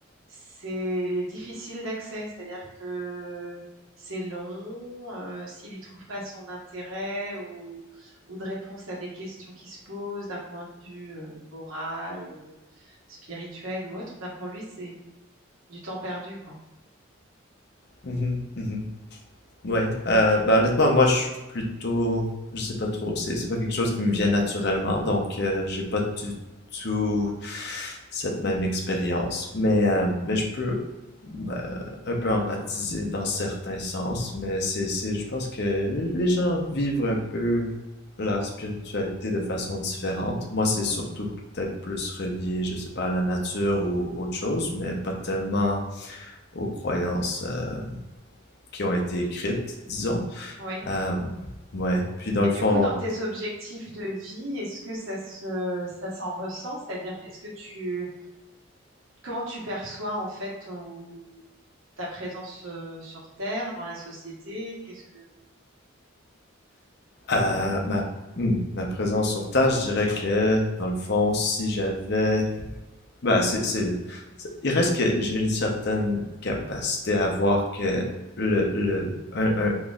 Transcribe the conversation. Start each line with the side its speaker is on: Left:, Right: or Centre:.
Right: c'est difficile d'accès, c'est-à-dire que c'est long. euh, s'il n'y trouve pas son intérêt ou, ou de réponse à des questions qui se posent d'un point de vue euh, moral, euh, spirituel ou autre, ben pour lui, c'est du temps perdu, quoi.
Left: mhm, mhm. Ouais, euh, ben honnêtement, moi je suis plutôt, je sais pas trop, c'est c'est pas quelque chose qui me vient naturellement, donc euh, j'ai pas du tout cette même expérience. Mais euh, mais je peux ben, un peu empathiser dans certains sens, mais c'est c'est, je pense que les gens vivent un peu leur spiritualité de façon différente. Moi, c'est surtout peut-être plus relié, je sais pas, à la nature ou autre chose, mais pas tellement aux croyances euh, qui ont été écrites, disons.
Right: Oui.
Left: Euh, ouais, puis dans
Right: Et
Left: le
Right: du
Left: fond,
Right: coup, dans tes objectifs de vie, est-ce que ça se, ça s'en ressent? C'est-à-dire, est-ce que tu, comment tu perçois en fait ton- ta présence euh, sur Terre, dans la société? Qu'est-ce
Left: euh, ma, hmm, ma présence sur tâche, je dirais que, dans le fond, si j'avais... Bah, c'est, c'est, c'est- Il reste que j'ai une certaine capacité à voir que le, le, un, un,